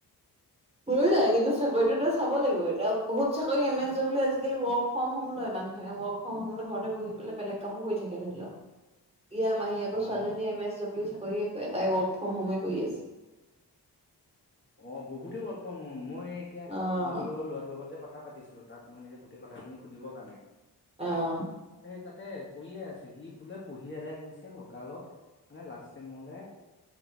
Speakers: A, on the right; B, on the left.
A: হৈ যায় কিন্তু চাকৰিতটোতো চাব লাগিব এতিয়া বহুত চাকৰি এম এছ ডলিউ আজিকালি ৱৰ্ক ফ্ৰম হোম লয় মানে। মান ৱৰ্ক ফ্ৰম হম ঘৰতে বহি পেলাই বেলেগ কামো কৰি থাকে ধৰি লও। ইয়াৰ মাহীয়েকৰ
B: অ
A: ছোৱালীজনীয়ে এম এছ ডব্লিউ চাকৰি চাকৰি কৰে। তাই ৱৰ্ক ফ্ৰম হোমেই কৰি আছে।
B: অ বহুতে ৱৰ্ক মই এতিয়া
A: অ',
B: যিটোৰ লগত ল'ৰাটোৰ লগত যে কথা পাতিছিলো তাত মই এনেকে গোটেই কথাখিনি সুধিবৰ কাৰনেই
A: আহ
B: তাতে কৰিয়ে আছে সি বোলে পঢ়ি আদায় কৰিছে লগালগ মানে লাষ্ট টাইমলে